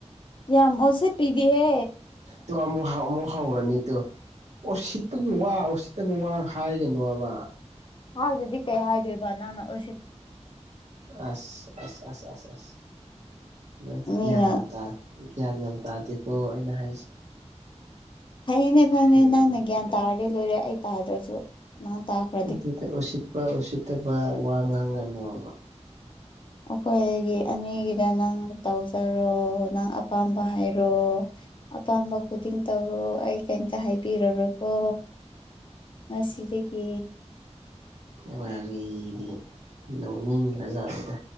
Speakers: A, on the left; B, on the right.
A: ꯌꯥꯝꯃ ꯑꯣꯁꯦ ꯄꯤꯗꯤꯍꯦ
B: ꯇꯣ ꯑꯃꯨꯛ ꯍꯥꯎ ꯑꯃꯨꯛ ꯍꯧꯔꯅꯤ ꯇꯣ ꯎꯁꯤꯠꯇꯒꯤ ꯋꯥ ꯎꯁꯤꯠꯇꯒꯤ ꯋꯥ ꯍꯥꯏꯒꯅꯣꯕ
A: ꯍꯥꯎꯗ ꯑꯗꯨꯗꯤꯛ ꯀꯩ ꯍꯥꯏꯗꯣꯏ ꯏꯕ ꯅꯥꯟ ꯑꯣ
B: ꯑꯁ ꯑꯁ ꯑꯁ ꯑꯁ ꯑ ꯅꯪ
A: ꯃꯤꯅ
B: ꯭ꯌꯥ ꯅꯦꯝ ꯇꯥ ꯒ꯭ꯌꯥꯟ ꯌꯥꯝ ꯇꯥꯗꯦꯀꯣ ꯑꯩꯅ ꯍꯥꯏꯔꯤꯁꯦ
A: ꯐꯩꯅꯦ ꯐꯩꯅꯦ
B: ꯎꯝ
A: ꯅꯪꯅ ꯒ꯭ꯌꯥꯟ ꯇꯥꯔꯗꯤ ꯂꯣꯏꯔꯦ ꯑꯩ ꯇꯥꯗ꯭ꯔꯁꯨ ꯅꯪ ꯇꯥꯈ꯭ꯔꯦ
B: ꯅꯇꯩꯦ ꯎꯁꯤꯠꯄ ꯎꯁꯤꯠꯇꯕ ꯋꯥ ꯉꯥꯡꯒꯅꯨꯕ
A: ꯑꯩꯈꯣꯏꯒꯤ ꯑꯅꯤꯒꯤꯗ ꯅꯪ ꯇꯧꯖꯔꯣ ꯅꯪ ꯑꯄꯥꯝꯕ ꯍꯥꯏꯩꯔꯣ ꯑꯄꯥꯝꯕ ꯈꯨꯗꯤꯡ ꯇꯧꯔꯣ ꯑꯩ ꯀꯩꯝꯇ ꯍꯥꯏꯕꯤꯔꯔꯣꯏꯀꯣ ꯑ ꯁꯤꯔꯒ
B: ꯋꯥꯔꯤꯗꯤ ꯅꯣꯛꯅꯤꯡꯈ꯭ꯔꯖꯥꯠꯕꯗ